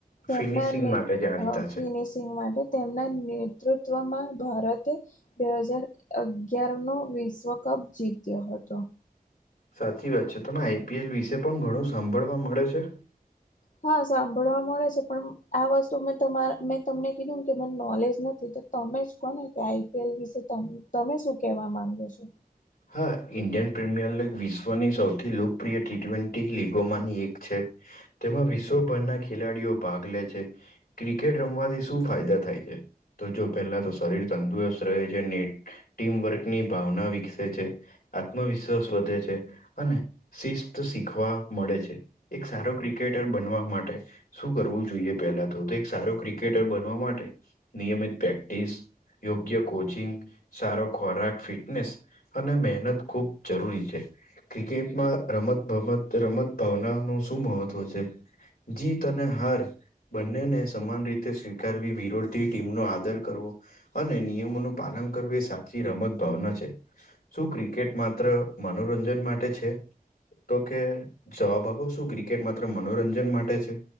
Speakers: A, on the left; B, on the left.
A: તેમના
B: ફિનિશિંગ માટે જાણીતા
A: અ ફિનિશ્યુ
B: છે
A: સિંંગ માટે તેમના નેતૃત્વમાં ભારતે બે હજાર અગયાર નો વિશ્વ કપ જીત્યો હતો.
B: સાચી વાત છે તમે આઈપીએલ વિશે પણ ઘણું સાંભળવા મળે છે
A: હા સાંભળવા મળે છે પણ આ વસ્તુ મેં તમા મેં તમને કીધું ને કે મને નોલેજ નથી તમે જ કોને કે આઈપીએલ વિશે તમે શું કેવા માંગો છો?
B: હા ઇન્ડિયન પ્રીમિયર લીગ વિશ્વની સૌથી લોકપ્રિય ટી ટ્વેન્ટી લીગોમાંની એક છે તેમાં વિશ્વભરના ખેલાડીઓ ભાગ લે છે. ક્રિકેટ રમવાથી શું ફાયદા થાય છે? તો જો પહેલા શરીર તંદુરસ્ત રહે છે ને ટીમવર્કની ભાવના વિકસે છે આત્મવિશ્વાસ વધે છે અને શિસ્ત શીખવા મળે છે. એક સારો ક્રિકેટર બનવા માટે શું કરવું જોઈએ? પેલા તો તો એક સારો ક્રિકેટર બનવા માટે નિયમિત પ્રેક્ટિસ, યોગ્ય કોચિંગ, સારો ખોરાક, ફિટનેસ અને મહેનત ખુબ જરૂરી છે. ક્રિકેટમાં રમત ગમત રમત ભાવના નું શું મહત્વ છે? જીત અને હાર, બંનેને સમાન રીતે સ્વીકારવી, વિરોધી ટીમનો આદર કરવો. અને નિયમોનું પાલન કરવું એ સાચી રમત ભાવના છે, શું ક્રિકેટ માત્ર મનોરંજન માટે છે. તો કે જવાબ આપો, શું ક્રિકેટ માત્ર મનોરંજન માટે છે.